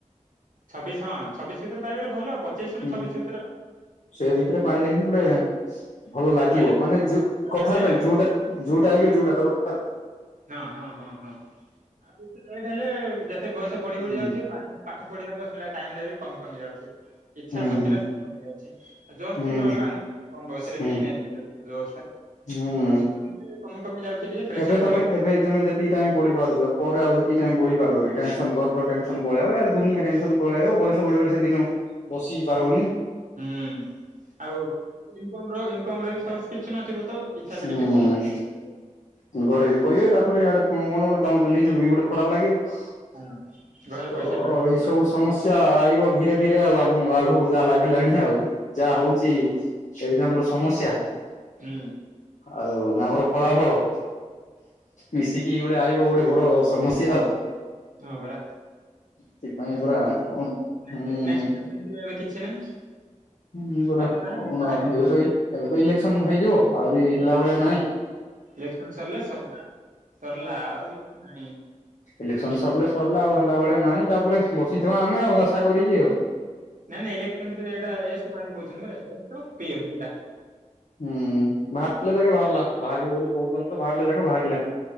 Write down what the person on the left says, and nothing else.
ହୁଁ,
ସେ ଭିତରେ ପାଇଲେ ହିଁ ଗୁଡେ ଭଲ ଲାଗିବ
ମାନେ ଯୋଉ
କଥାର
ନାଇଁ
ଯୋଉଟା ଯୋଉଟା ହେଲେ ଯୋଉଟା ଦର କାର
ହୁଁ
ହୁଁ
ହୁଁ
ହୁଁ
ହୁଁ
ହୁଁ।
ଏବେ ତମେ ଏବେ ତୋମେ ଯେତିକି ଟାଇମ୍ ପଢି ପାରୁଛ, ପରେ ଆଉ ସେତିକି
ଟାଇମ୍ ପଢି ପାରିବ କି? ଟେନସନ୍ ଘର ଟେନସନ୍ ପଳେଇଆଇବ ଇଆଡେ ଦୁନିଆ ଟେନସନ୍ ପଳିଆଇବ ବୟସ ବଢିଗଲେ ସେଦିନ ବସି ପାରିବୁନି।
ହୁଁ
ଘରେ ବି କହିବେ ତାପରେ ଆଡେ କଣ କଣ ଗୋଟେ ତୋମେ ତ ନିଜକୁ ବି ଗୋଟେ ଖରାପ ଲାଗିବ। ତ
ଏଇ
ସବୁ
ସମସ୍ୟା ଆଇବ ଧୀରେ ଧୀରେ ଆଉ ଆମ ଆଘକୁ ଯାହା ଲାଗିଲାଣି ଆଉ, ଯାହା ହଉଛି ଏକ୍ଜାମ୍ ର ସମସ୍ୟା
ଆଉ ଆମର ଫଳାଫଳ ମିଶିକି ଗୋ ଟେ ଆଇବ ଗୋଟେ ବଡ ସମସ୍ୟା ଆଉ।
ସେଥିପାଇଁ
ପୁରା
କଣ ହୁଁ
ହୁଁ, ପରା
କଣ
ଏବେ ତ ଇଲେ ଏବେ ତ ଇଲେକ୍ସନ୍ ହେଇଯିବ, ଆଉରି ହେଲା ଭଳିଆ ନାଇଁ।
ଇଲେକ୍ସନ୍ ସରିଲେ ସରିଲା ଆଉ ହେଲା ଭଳିଆ ନାଇଁ, ତାପରେ ବସିଥିବା ଆମେ ଆଉ ଆଶା କରିକି ଆଉ।
ହୁଁ, ବାହାରିଲେ ଯାକ ବାହାରିଲା, ବାହାରିବ ବୋଲି କହୁଛନ୍ତି ତ ବାହାରିଲେ ଯାକ ବାହାରିଲା।